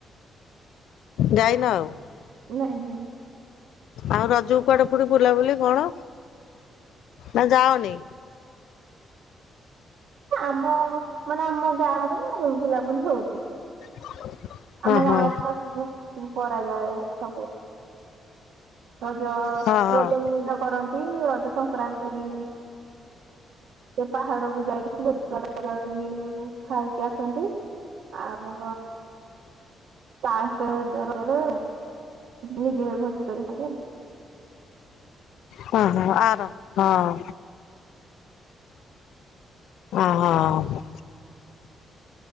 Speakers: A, on the left; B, on the right.
A: ଯାଇନ ଆଉ ।
B: ନାଇଁ ନାଇଁ
A: ଆଉ ରଜକୁ କୁଆଡେ ଫୁଣି ବୁଲାବୁଲି କଣ ନା ଯାଅନି।
B: ଆମ ମାନେ ଆମ ଗାଁ ରେ ବୁଲାବୁଲି ହଉଛି ।
A: <unintelligible> ହଁ
B: ଆମ ଗାଁରେ
A: ହଁ
B: <unintelligible> କରାଯାଏ ସବୁ । ରଜ
A: ହଁ ହଁ।
B: ରଜ ମଉଜ କରନ୍ତି ରଜ ସଂକ୍ରାନ୍ତି ସେ ପାହାଡକୁୁ ଯାଇକି ଭୋଜି ଭାତ କରିକି ଖାଇକି ଆସନ୍ତି ଆଉ ଲାଷ୍ଟ ରଜରେ ନିଜେ ଭୋଜି କରି କି ଖାଆନ୍ତି ଆଉ
A: ହଁ ହଁ ଆର ହଁ। ଅ ହଁ।